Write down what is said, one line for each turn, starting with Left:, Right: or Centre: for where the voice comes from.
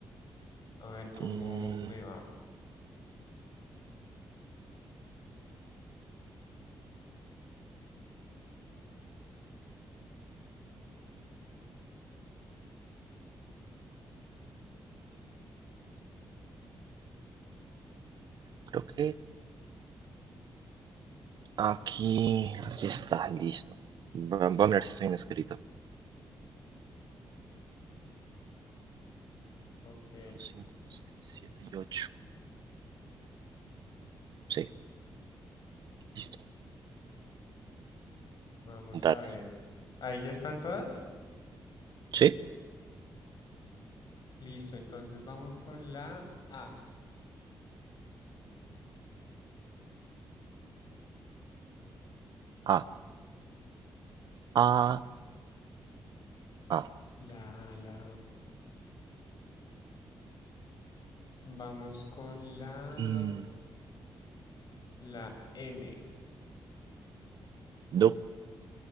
Left: A ver cómo
Right: Mm,
Left: me va.
Right: creo que aquí, aquí está, listo. Va va a ver si estoy inscrito.
Left: Ok,
Right: cinco seis siete y 8. Sí, listo.
Left: vamos
Right: Dale.
Left: a ver. ¿Ahí ya están todas?
Right: Sí.
Left: Listo, entonces vamos con la A.
Right: Ah, ah, ah.
Left: La A, la... Vamos con la...
Right: Mm,
Left: La M.
Right: du.